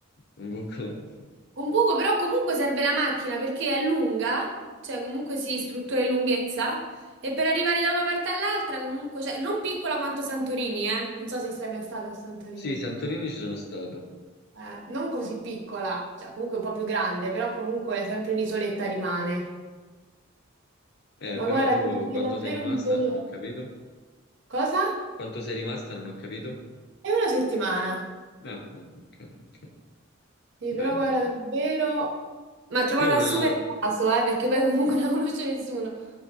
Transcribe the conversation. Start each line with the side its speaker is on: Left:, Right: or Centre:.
Left: Un buco.
Right: Un poco, però comunque serve la macchina perché è lunga, cioè comunque si struttura in lunghezza, e per arrivare da una parte all'altra comunque, cioè, non piccola quanto Santorini, eh? Non so se sei mai stata a Santorini.
Left: Sì, Santorini ci sono stato.
Right: Eh, non così piccola, cioè comunque un po' più grande, però comunque sempre un'isoletta rimane.
Left: Eh,
Right: Ma
Left: però
Right: guarda,
Left: tu
Right: devo
Left: oh,
Right: dire
Left: quanto
Right: davvero
Left: sei rimasta
Right: un gioiello.
Left: non ho capito.
Right: Cosa?
Left: Quanto sei rimasta non ho capito.
Right: È una settimana.
Left: Ah, ah, ok, ok.
Right: Sì,
Left: Bello.
Right: però guarda, davvero... Ma trovata
Left: Io una...
Right: super a caso, eh, perché poi comunque non la conosce nessuno.